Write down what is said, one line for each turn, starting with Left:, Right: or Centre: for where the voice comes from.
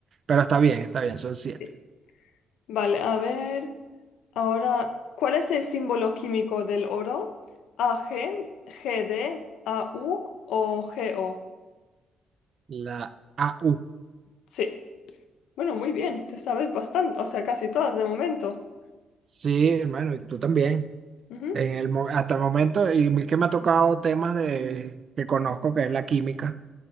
Right: Pero está bien, está bien, son siete.
Left: sí. Vale, a ver. Ahora, ¿cuál es el símbolo químico del oro? ¿AG, GD, AU o GO?
Right: La a u
Left: Sí. Bueno, muy bien, te sabes bastante, o sea, casi todas de momento.
Right: Sí, hermano, y tú también.
Left: Ujú,
Right: En el, mo- hasta el momento, y que me ha tocado temas de, que conozco, que es la química,